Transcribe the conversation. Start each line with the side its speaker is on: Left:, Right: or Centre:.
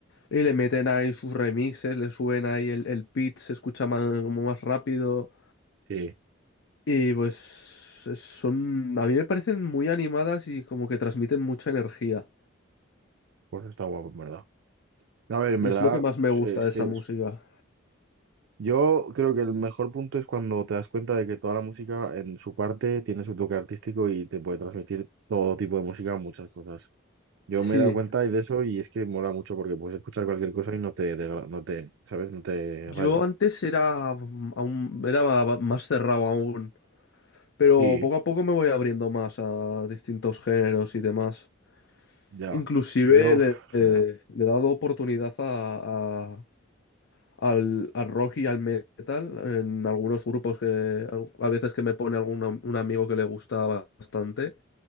Left: Y le meten ahí sus remixes, le suben ahí el, el pitch, se escucha más, como más rápido.
Right: sí,
Left: Y pues es- son, a mí me parecen muy animadas y como que transmiten mucha energía.
Right: pues está guapo, en verdad. A ver, en
Left: Y
Right: verdad,
Left: es lo que más me gusta
Right: es
Left: de
Right: que
Left: esa música.
Right: Yo creo que el mejor punto es cuando te das cuenta de que toda la música en su parte tiene su toque artístico y te puede transmitir todo tipo de música, muchas cosas. Yo
Left: Sí,
Right: me he dado cuenta y de eso y es que mola mucho porque puedes escuchar cualquier cosa y no te, degra- no te, ¿sabes? No te
Left: yo
Right: rayas.
Left: antes era, mm, aún, era más cerrado aún. pero
Right: Sí.
Left: poco a poco me voy abriendo más a distintos géneros y demás.
Right: Ya.
Left: Inclusive
Right: Yo, uf,
Left: le, eh,
Right: general.
Left: le he dado oportunidad a, a- al, al rock y al metal en algunos grupos que al- a veces que me pone algún am- un amigo que le gusta bastante